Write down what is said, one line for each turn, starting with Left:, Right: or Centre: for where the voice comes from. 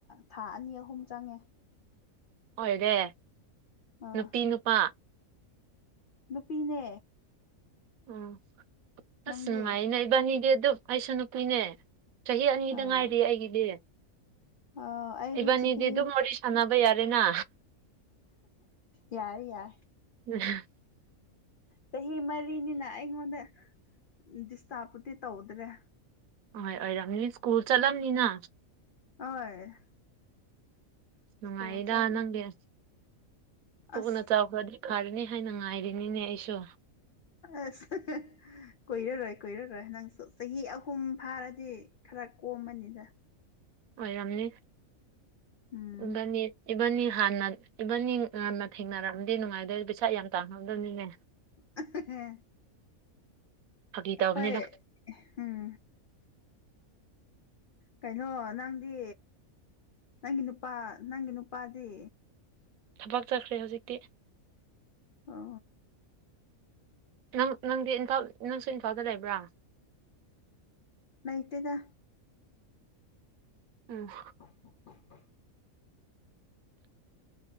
Left: ꯊꯥ ꯑꯅꯤ ꯑꯍꯨꯝ ꯆꯪꯉꯦ
Right: ꯑꯣꯏꯔꯦ
Left: ꯑꯥ
Right: ꯅꯨꯄꯤ ꯅꯨꯄꯥ
Left: ꯅꯨꯄꯤꯅꯦ
Right: ꯑꯣ ꯑꯁ
Left: ꯅꯪꯗꯤ
Right: ꯅꯨꯡꯉꯥꯏꯅꯦ ꯏꯕꯥꯅꯤꯗꯤ ꯑꯗꯨꯝ ꯑꯩꯁꯨ ꯅꯨꯨꯄꯤꯨꯏꯅꯦ ꯆꯍꯤ ꯑꯅꯤꯗ
Left: ꯑꯥ
Right: ꯉꯥꯏꯔꯤ ꯑꯩꯒꯤꯗꯤ
Left: ꯑꯣ ꯑꯩꯗꯤ
Right: ꯏꯕꯅꯤꯗ
Left: ꯆꯍꯤ
Right: ꯑꯗꯨꯗꯨ ꯃꯣ ꯁꯅꯥꯕ ꯌꯥꯔꯦꯅ
Left: ꯌꯥꯔꯦ ꯌꯥꯔꯦ
Right: ꯎꯝ
Left: ꯆꯍꯤ ꯃꯔꯤꯅꯤꯅ ꯑꯩꯉꯣꯟꯗ ꯗꯤꯁꯇꯥꯔꯕꯄꯨꯗꯤ ꯇꯧꯗ꯭ꯔꯦ
Right: ꯑꯣꯏ ꯑꯣꯏꯔꯕꯝꯅꯤ ꯁ꯭ꯀꯨꯜ ꯆꯠꯂꯝꯅꯤꯅ
Left: ꯍꯣꯏ
Right: ꯅꯨꯡꯉꯥꯏꯗ
Left: ꯁ꯭ꯀꯨꯜ ꯆꯠꯅꯤ
Right: ꯅꯪꯡꯁ ꯄꯨꯛꯅ
Left: ꯑꯁ
Right: ꯆꯥꯎꯈ꯭ꯔꯗꯤ ꯐꯔꯅꯤ ꯍꯥꯏꯅ ꯉꯥꯏꯔꯤꯅꯤꯅꯦ ꯑꯩꯁꯨ
Left: ꯑꯁ ꯀꯣꯏꯔꯔꯣꯏ ꯀꯣꯏꯔꯔꯣꯏ ꯅ ꯅꯪꯁꯨ ꯆꯍꯤ ꯑꯍꯨꯝ ꯐꯥꯔꯗꯤ ꯈꯔ ꯀꯣꯝꯃꯅꯤꯗ
Right: ꯑꯣꯏꯔꯝꯅꯤ
Left: ꯎꯝ
Right: ꯏꯕꯥꯅꯤ ꯏꯕꯥꯅꯤ ꯍꯥꯟꯅ ꯏꯕꯟ ꯉꯅ ꯊꯦꯡꯅꯔꯛꯑꯝꯗꯤꯦ ꯅꯨꯡꯉꯥꯏꯗꯣꯏ ꯄꯩꯁꯥ ꯌꯥꯝ ꯇꯥꯡꯉꯝꯗꯕꯅꯤꯅꯦ
Left: ꯍ
Right: ꯐꯥꯒꯤ
Left: ꯑꯩꯈꯣꯏ
Right: ꯇꯧꯕꯅꯤꯗ
Left: ꯎꯝ ꯀꯩꯅꯣ ꯅꯪꯗꯤ ꯅꯪꯒꯤ ꯅꯨꯄꯥ ꯅꯪꯒꯤ ꯅꯨꯄꯥꯗꯤ
Right: ꯊꯕꯛ ꯆꯠꯈ꯭ꯔꯦ ꯍꯧꯖꯤꯛꯇꯤ
Left: ꯑ
Right: ꯅꯪ ꯅꯪꯗꯤ ꯏꯝꯐꯜ ꯅꯪꯁꯨ ꯏꯝꯐꯥꯜꯗ ꯂꯩꯕ꯭ꯔꯥ
Left: ꯂꯩꯇꯗ
Right: ꯎꯝ
Left: <unintelligible>